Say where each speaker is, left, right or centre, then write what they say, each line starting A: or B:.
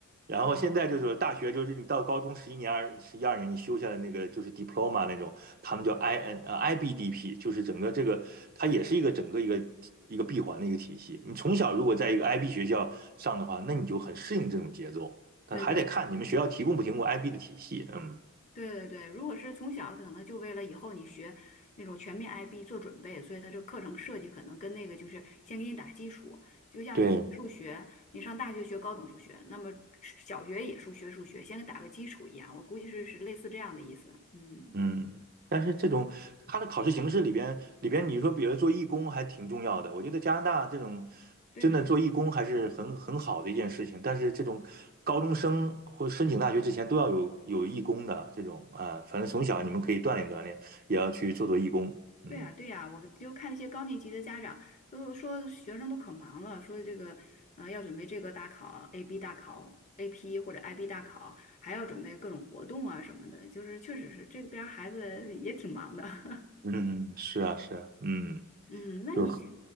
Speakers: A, on the right; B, on the left.
A: 然后现在就是大学就是你到高中十一年二十一二年你修下来那个就是
B: 哦，
A: diploma 那种，他们叫 I N 呃 IBDP，就是整个这个它也是一个整个一个一个闭环的一个体系。你从小如果在一个 IB 学校上的话，那你就很适应这种节奏。但还得看你们学校提供不提供
B: 对对对，
A: IB 的体系。嗯，
B: 对对对，如果是从小可能就为了以后你学那种全面 IB 做准备，所以他这课程设计可能跟那个就是先给你打基础，就像你学数学，
A: 对，
B: 你上大学学高等数学，那么小学也数学数学，先给打个基础一样，我估计是是类似这样的意思。嗯，
A: 嗯，但是这种它的考试形式里边，里边你说，比如做义工还挺重要的。我觉得加拿大这种
B: 对对。
A: 真的做义工还是很很好的一件事情。但是这种高中生或申请大学之前都要有有义工的这种啊，反正从小你们可以锻炼锻炼，也要去做做义工。嗯
B: 对呀，对呀，我就看那些高年级的家长都说学生都可忙了，说这个呃要准备这个大考 AB 大考 AP 或者 IB 大考，还要准备各种活动啊什么的，就是确实是这边儿孩子也挺忙的。<laughs>
A: 嗯，是啊是啊，嗯。
B: 嗯，那你
A: 就是